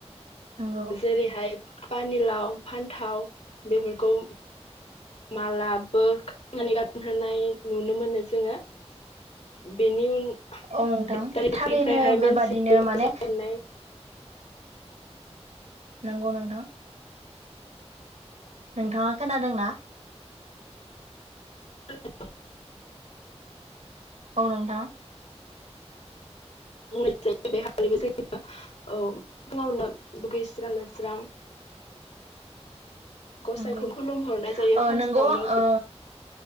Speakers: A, on the right (about 80°); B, on the left (about 70°).
A: नंगौ
B: जेरै हाय पानिलाव फान्थाव बेफोरखौ मालाबो ख गोनहोनाय नुनो मोनो जोङो बेनि उन एक
A: औ नोंथां
B: तारिखनिफ्रायहाय
A: थारैनो बेबादिनो
B: मानसि
A: माने
B: जनाय
A: नांगौ नोंथां नोंथाङा खोनादोंना
B: <unintelligible>
A: औ नोंथां
B: बुं जायो बेबो जो औ फुङावनो ओ दुगैस्रां लोबस्रां गसाइखौ
A: नंगौ
B: खुलुमहरनाय जायो
A: ओ
B: फार्स्टावनो
A: नंगौ ओ